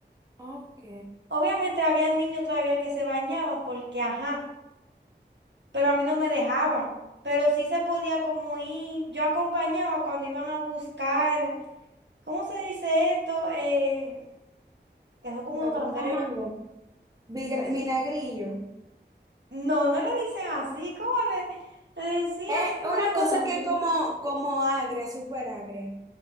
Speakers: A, on the right; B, on the right.
A: Ok.
B: Obviamente había niños todavía que se bañaban porque, ajá, pero a mí no me dejaban. Pero sí se podía como ir, yo acompañaba cuando iban a buscar, ¿cómo se dice esto? Eh, que son como unos
A: A buscar
B: cangrejos.
A: mango, vigra- vinagrillo.
B: No, no le dicen así, ¿cómo le, le decían
A: Es
B: Tiene
A: una
B: otro
A: cosa
B: nombre?
A: que es como, como agria, súper agria.